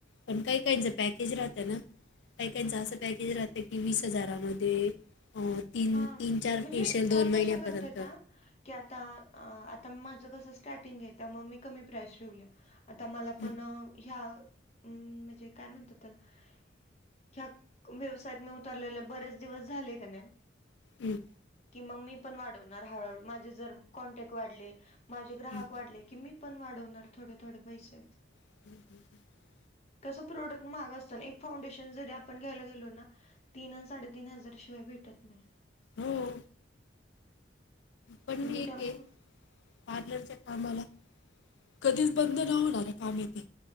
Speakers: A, on the left (about 70°); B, on the left (about 35°).
A: पणं कांहीं काहींचं पॅकेज राहतं नां? कांहीं काहींचं चं असं पॅकेज राहतं की वीस हजांरामध्यें अं तीन
B: हां
A: तीन चार
B: म्हणजे
A: फेशियल
B: त्यां
A: दोन महिन्यापर्यंत
B: कश्या करत्यांता आं की आंता आंता माझं कसं स्टार्टिंग आहे त्यामुळं मी कमी प्राईज ठेवल्यां. आंता मलां
A: हम्म,
B: पणं ह्यां म्हणजे मं म्हणजे कायं म्हणतांत त्यांला ह्यां व्यवसायांत मी उतरलेल्या बरेचं दिवसं झाले कानेय
A: हम्मं
B: कि मंग मी पणं वाढवणारं हळूहळू माझे जरं कॉन्टॅक्ट वाढले माझे ग्राहक
A: हम्म.
B: वाढले की मी पणं वाढवणारं थोडे थोडे पैसे
A: हम्मं हम्मं
B: कसं प्रोडक्ट महांग असतं नां एक फाउंडेशन जरी आपणं घ्यांयला गेलो नां तीनं आंण साडेतीन हजांर शिवाय भेटतं नाहीं
A: हम्मं पणं
B: मग
A: ठिकं
B: त्यामुळं
A: आहे पार्लरच्या कामांला कधीचं बंद नं होणारं आहे कामं येथे